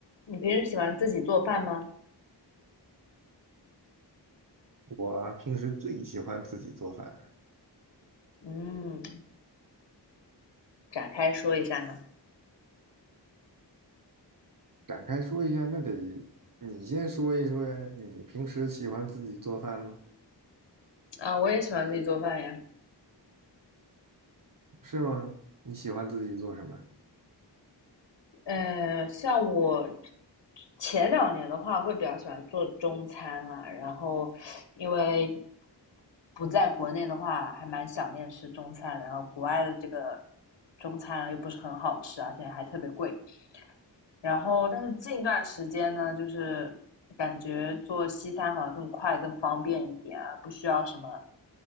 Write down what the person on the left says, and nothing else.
你平时喜欢自己做饭吗？
嗯，展开说一下呢。
啊，我也喜欢自己做饭呀。
呃，像我前两年的话，会比较喜欢做中餐啊，然后因为不在国内的话，还蛮想念吃中餐的，然后国外的这个中餐啊又不是很好吃，而且还特别贵，然后，但是近段时间呢，就是感觉做西餐好像更快、更方便一点啊，不需要什么